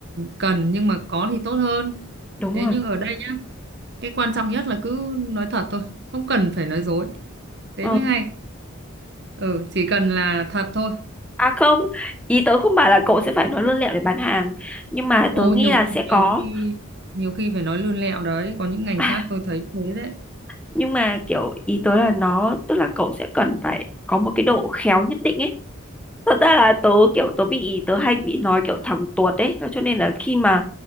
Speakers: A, on the right; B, in the centre.
A: cần nhưng mà có thì tốt hơn
B: đúng
A: thế
B: rồi
A: nhưng ở đây nhá cái quan trọng nhất là cứ nói thật thôi không cần phải nói dối thế
B: ờ.
A: mới hay ừ chỉ cần là thật thôi
B: à không ý tớ không bảo là cậu sẽ phải nói lươn lẹo để bán hàng nhưng mà
A: ô
B: tớ nghĩ
A: nhiều
B: là sẽ
A: nhiều
B: có
A: khi nhiều khi phải nói lươn lẹo đấy có những ngành
B: à,
A: khác tôi thấy thế đấy
B: nhưng mà kiểu ý tớ là nó tức là cậu sẽ cần phải có một cái độ khéo nhất định ấy thật ra là tớ kiểu tớ bị tớ hay bị nói kiểu thẳng tuột đấy cho nên là khi mà